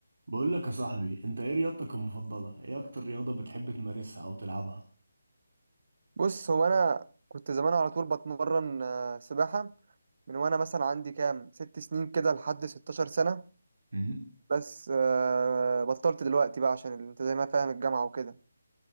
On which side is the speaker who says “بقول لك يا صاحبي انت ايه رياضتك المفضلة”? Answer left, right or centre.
Right